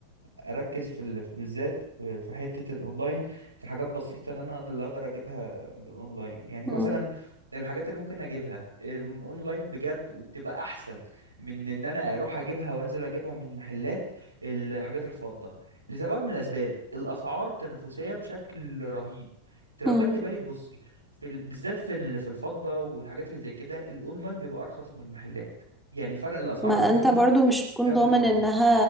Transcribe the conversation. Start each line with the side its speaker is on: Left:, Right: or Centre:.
Right: اركز في ال- في- بالذات في في حته الاونلاين في حاجات بسيطه ان انا اقدر اللي اقدر اجيبها من الاونلاين يعني
Centre: مم.
Right: مثلا الحاجات اللي ممكن اجيبها آه، من الاونلاين بجد وبتبقى احسن من ان انا اروح اجيبها وانزل اجيبها من محلات الحاجات الفضه لسبب من الاسباب الاسعار تنافسيه بشكل رهيب انت لو
Centre: مم.
Right: خدت بالك بصي في ال... بالذات في ال... في الفضة والحاجات اللي زي كده الاونلاين بيبقى ارخص من المحلات يعني فرق الاسعار
Centre: ما
Right: ما
Centre: انت
Right: بينهم
Centre: برضو مش تكون
Right: لا
Centre: ضامن
Right: تقارن
Centre: انها